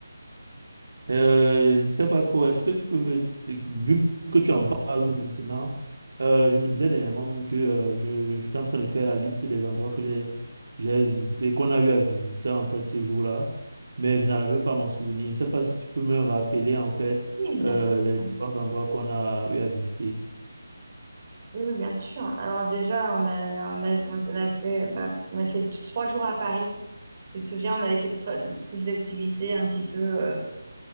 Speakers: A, on the right; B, on the right.
A: Euh, je sais pas trop, est-ce que tu peux me... Vu que tu en parles maintenant, euh, je me disais dernièrement même que euh, je, j'étais en train de faire la liste des endroits que j'ai j'ai visité, qu'on a eu à visiter en fait ce jour-là, mais je n'arrivais pas à m'en souvenir. Je sais pas si tu peux me rappeler en fait
B: Oui, bien
A: euh,
B: sûr.
A: les différents endroits qu'on a eu à visiter.
B: Oui, oui, bien sûr. Alors déjà, on a, on a, on a fait, bah, on a fait t- trois jours à Paris. Tu te souviens, on avait fait pre- toutes les activités un petit peu, euh,